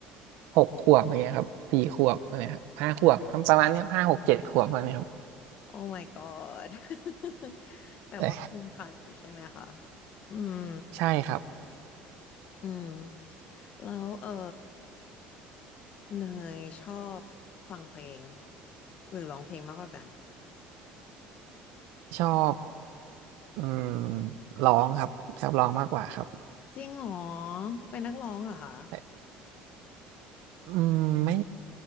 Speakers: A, on the right; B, on the left.
A: หกขวบอะไรเงี้ยครับสี่ขวบอะไรครับห้าขวบประมาณเนี้ยห้าหกเจ็ดขวบอะไรเงี้ยครับ
B: โอ้ my god <laughs> แต่ว่าก็ยังทันอยู่ใช่ไหมคะ
A: แต่
B: อืม
A: <laughs> ใช่ครับ
B: อืมแล้วเออเนยชอบฟังเพลงหรือร้องเพลงมากกว่ากัน
A: ชอบอืมร้องครับชอบร้องมากกว่าครับ
B: จริงเหรอเป็นนักร้องเหรอคะ
A: แต่อืมไม่